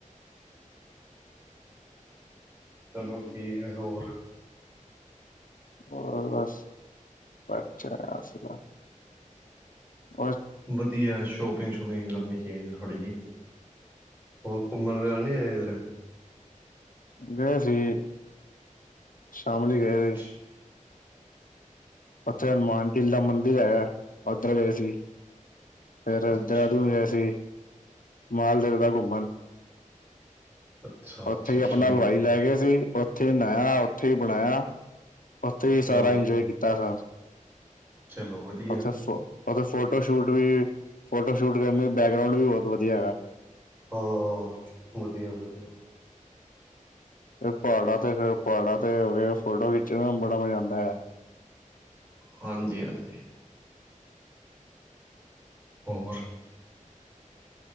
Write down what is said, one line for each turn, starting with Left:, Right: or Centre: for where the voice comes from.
Right: ਚਲੋ, ਠੀਕ ਹੈ ਹੋਰ?
Left: ਹੋਰ ਬਸ ਅਛਾਗਾ ਹੋ
Right: ਵਧੀਆ ਸ਼ੋਪਿੰਗ ਸ਼ੂਪਿੰਗ ਕਰਨੀ ਚਾਹੀਦੀ ਥੋੜ੍ਹੀ ਜਿਹੀ ਹੋਰ ਘੁੰਮਣ ਵਗੈਰਾ ਨੀ ਆਏ ਇੱਧਰ
Left: ਗਏ ਸੀ ਸ਼ਾਮ ਲਈ ਗਏ ਸੀ
Right: ਅੱ
Left: ਉੱਥੇ ਹਨੁਮਾਨ ਢੀਲਾ ਮੰਦਿਰ ਹੈਗਾ ਉੱਧਰ ਗਏ ਸੀ ਫੇਿਰ
Right: ਅੱਛਾ ਅੱਛਾ
Left: ਦਹਰਾਦੂ ਨੂੰ ਗਏ ਸੀ ਮਾਲਦੇਵ ਦਾ ਘੁੰਮਣ
Right: ਅੱਛਾ ਅੱਛਾ
Left: ਉੱਥੇ ਹੀ ਆਪਣਾ
Right: ਚਲੋ
Left: ਲਵਾਈ ਲੈ ਕੇਏ ਸੀ ਉੱਥੇ ਹੀ ਨਾਇਆ ਉੱਥੇ ਹੀ ਬਣਾਇਆ ਉੱਥੇ ਹੀ ਸਾਰਾ
Right: ਉਹ
Left: ਇੰਜੋਏ ਕੀਤਾ ਸੀ
Right: ਚਲੋ ਵਧੀਆ
Left: ਉੱਥੇ ਉੱਥੇ ਫੋਟੋ ਸ਼ੂਟ ਵੀ ਫੋਟੋ ਸ਼ੂਟ ਕਰਨ ਬੈਕਗਰਾਉਂਡ ਵੀ ਬਹੁਤ ਵਧੀਆ ਹੈਗਾ
Right: ਹਾਂ ਵਧੀਆ ਵਧੀਆ
Left: ਫ ਪਹਾੜਾਂ ਤੇ ਫ ਪਹਾੜਾਂ ਤੇ ਹੋ ਗਏ ਫੋਟੋ ਖਿੱਚਣ ਬੜਾ ਮਜ਼ਾ ਆਂਦਾ ਹੈ
Right: ਹਾਂਜੀ ਹਾਂਜੀ ਹੋਕੁਰ